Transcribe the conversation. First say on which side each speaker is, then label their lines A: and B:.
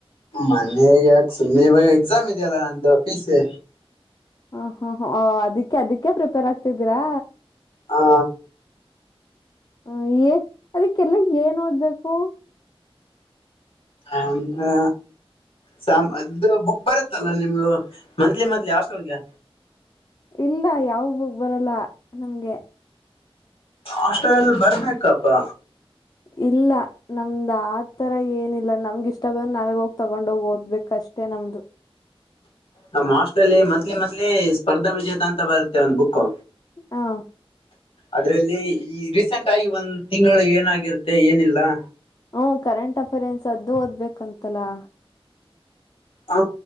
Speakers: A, on the left; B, on the left.
A: ಮನೆ ಗೆ ಯಾಕ ಸುಮ್ಮನೆ ಬ ಎಕ್ಸಾಮ್ ಇದೆಯಲ್ಲಾ ನಂದು ಪೀಸೆ.
B: ಹಾ ಹಾ ಹಾ ಅದಿಕ್ಕೆ ಅದಕ್ಕೆ ಪ್ರಿಪೇರ್ ಆಗ್ತಿದ್ದೀರಾ.
A: ಹಾ
B: ಹ ಏ ಅದಕ್ಕೆಲ್ಲ ಏನ್ ಓದ್ಬೇಕು.
A: ಅಂದ್ರೆ ಸಾಮ ಇದು ಬುಕ್ ಬರುತ್ತಲ್ಲಾ ನಿಮ್ಗು ಮಂತ್ಲಿ ಮಂತ್ಲಿ ಹಾಸ್ಟೆಲ್ ಗೆ.
B: ಇಲ್ಲಾ ಯಾವ ಬುಕ್ ಬರಲ್ಲ ನಮ್ಗೆ.
A: ಹಾಸ್ಟೆಲ್ ನಲ್ಲಿ ಬರ್ಬೇಕ ಪ್ಪಾ
B: ಇಲ್ಲ ನಮ್ದ್ ಆತರ ಏನಿಲ್ಲಾ ನಮ್ಗ ಇಷ್ಟ ಬಂದ ನಾವೇ ಹೋಗ್ ತಗೊಂಡೋಗಿ ಓದ್ಬೇಕ ಅಷ್ಟೆ. ಅಷ್ಟೇ ನಮ್ದು.
A: ನಮ್ಮ ಹಾಸ್ಟೆಲ್ ಅಲ್ಲಿ ಮಂತ್ಲಿ ಮಂತ್ಲಿ ಸ್ಪರ್ಧಾ ವಿಜೇತ ಅಂತ ಬರುತ್ತೆ ಒಂದ್ ಬುಕು
B: ಹಾ
A: ಅದ್ರಲ್ಲಿ ಈ ರೀಸೆಂಟ್ ಆಗಿ ಒಂದ ತಿಂಗಳೊಳಗೆ ಏನಾಗಿರುತ್ತೆ ಏನಿಲ್ಲಾ.
B: ಹುಂ ಕರೆಂಟ್ ಅಫೇರ್ನ್ಸ್ ಅದ್ದೂ ಓದ್ಬೇಕಂತಲ್ಲಾ.
A: ಹಾ